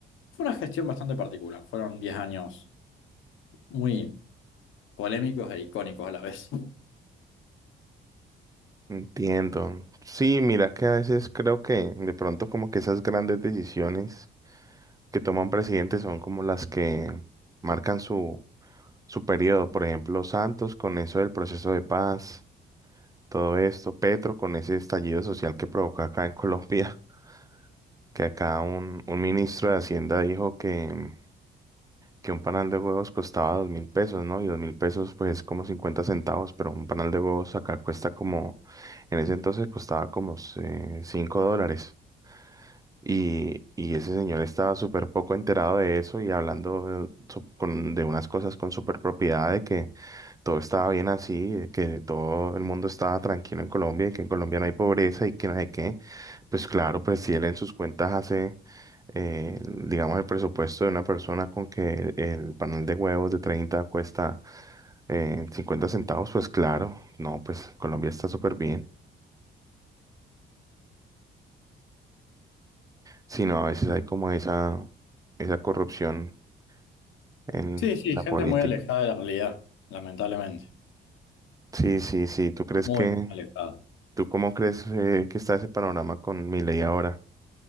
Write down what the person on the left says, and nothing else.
fue una gestión bastante particular, fueron 10 años muy polémicos e icónicos a la vez.
Sí, sí,
gente
muy alejada de la realidad, lamentablemente.
muy
alejado.